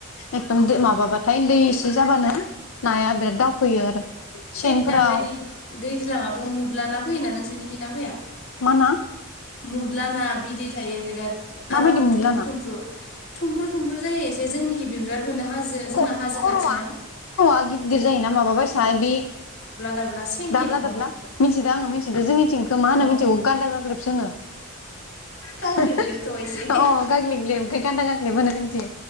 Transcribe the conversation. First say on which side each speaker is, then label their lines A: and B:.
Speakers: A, on the left (about 80°); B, on the left (about 60°).
A: एकदम
B: उम
A: दो माबाबाथाय दैज बि जाबानो नाया बिराद दावखोयो आरो सेनफोराव
B: ओइ दाबायदि दैज्लाङावथ मुदलाना फैयोना नोंसोरनिखि ना फैया
A: मा ना?
B: मुदलाना बिदै थायो बिराद
A: माबायदि
B: आराम
A: मोनला
B: थुमफ्रु
A: ना
B: थुमफ्रु थुमफ्रु थुमफ्रु जायो एसे जोंनिखि बिराद मोनो हाजो
A: खर'आ
B: जोंना हाजो खाथि ना।
A: खर'आ गिदिर जायोना माबाबायसा बे
B: दाब्ला सेंनि
A: दाब्ला
B: रखम
A: दाब्ला मिथिदो आङो मिथिदो जोंनिथिंखौ मा होनो
B: ओं
A: मिथिगौ
B: अ
A: गान्दा गाग्लेबसो
B: गाग्लिब
A: <unintelligible>
B: ग्लिबथ' एसे
A: अ गाग्लेब ग्लेब ओंखाय गान्दा गाग्लेब होनो जों ए